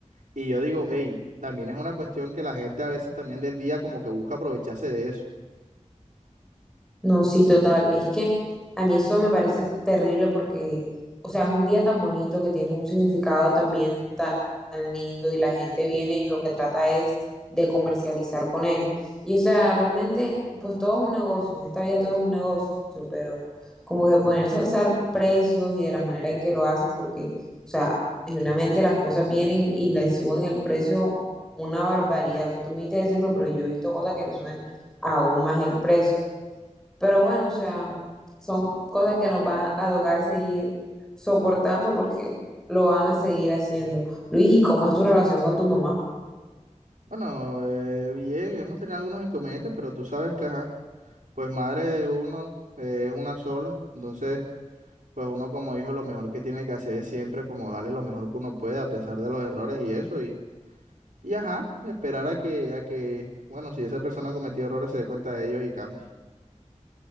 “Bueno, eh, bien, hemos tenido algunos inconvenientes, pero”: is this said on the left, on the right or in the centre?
Right